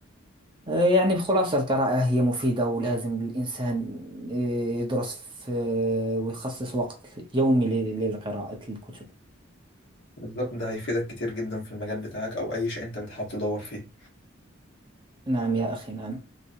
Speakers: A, on the right (about 25°); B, on the left (about 60°).
A: آه، يعني بخلاصة القراءة هي مفيدة ولازم الإنسان آه، يدرس في آه، ويخصص وقت يومي لل- للقراءة الكتب
B: بالظبط ده هيفيدك كتير جدا في المجال بتاعك او اي شيء انت بتحاول تدور فيه
A: نعم يا أخي نعم